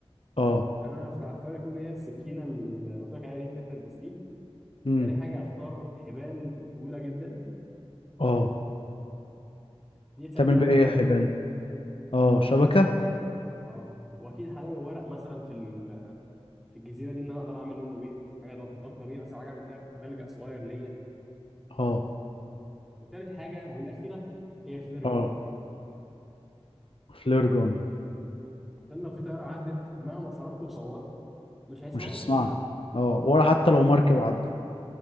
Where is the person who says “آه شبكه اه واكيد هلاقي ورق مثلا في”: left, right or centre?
Centre